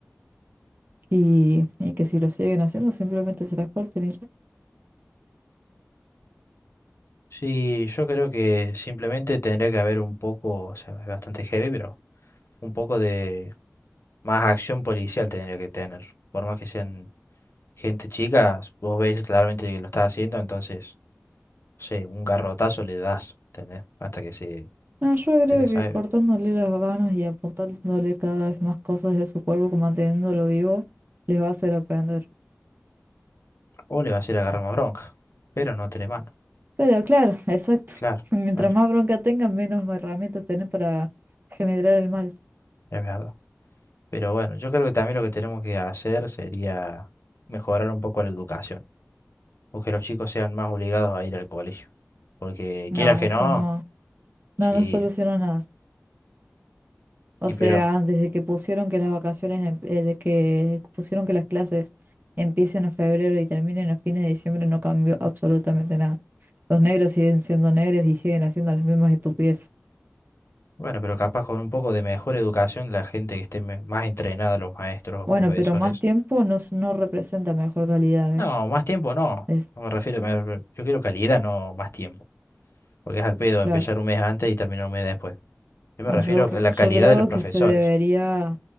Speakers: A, on the right; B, on the left.
A: y, y que si lo siguen haciendo simplemente se las corten y ya.
B: sí, yo creo que simplemente tendría que haber un poco, o sea, es bastante heavy, pero un poco de más acción policial tendría que tener. Por más que sean gente chica, vos ves claramente que lo está haciendo, entonces, no sé, un garrotazo le das, ¿entendés? Hasta que se,
A: No, yo
B: hasta
A: creo
B: que se
A: que cortándole las manos y apuntándole cada vez más cosas de su cuerpo, como manteniéndolo vivo, les va a hacer aprender.
B: O le va a ir agarrar más bronca. Pero no tiene mano.
A: Pero claro, exacto.
B: Claro,
A: <laughs> Mientras
B: claro,
A: más bronca tengan, menos herramientas tienen para generar el mal.
B: es verdad. Pero bueno, yo creo que también lo que tenemos que hacer sería mejorar un poco la educación. O que los chicos sean más obligados a ir al colegio. Porque
A: No,
B: quieras que
A: eso
B: no,
A: no,
B: sí.
A: no nos solucionó nada. O
B: Y
A: sea,
B: pero,
A: desde que pusieron que las vacaciones, em- eh, de que pusieron que las clases empiecen en febrero y terminen a fines de diciembre, no cambió absolutamente nada. Los negros siguen siendo negros y siguen haciendo las mismas estupideces.
B: bueno, pero capaz con un poco de mejor educación, la gente que esté me- más entrenada, los maestros o
A: Bueno,
B: profesores.
A: pero más tiempo no, s- no representa mejor calidad,
B: No,
A: ¿eh?
B: más tiempo no.
A: Es
B: No me refiero, me re- yo quiero calidad, no más tiempo. Porque es al pedo
A: claro.
B: empezar un mes antes y terminar un mes después. Yo me
A: Bueno,
B: refiero
A: yo, r-
B: a la
A: yo
B: calidad
A: creo
B: de los profesores.
A: que se debería,